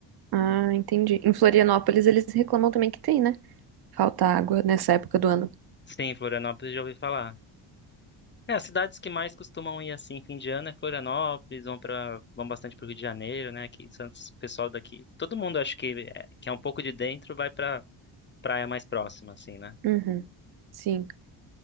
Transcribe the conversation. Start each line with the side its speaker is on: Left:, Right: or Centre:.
Right: Ah, entendi. Em Florianópolis, eles reclamam também que tem, né? Falta água nessa época do ano.
Left: Sim, Florianópolis já ouvi falar. É, as cidades que mais costumam ir assim fim de ano é Florianópolis, vão para vão bastante pro Rio de Janeiro, né? Aqui em Santos, o pessoal daqui, todo mundo acho que é, que é um pouco de dentro vai pra praia mais próxima assim, né?
Right: Uhum. Sim.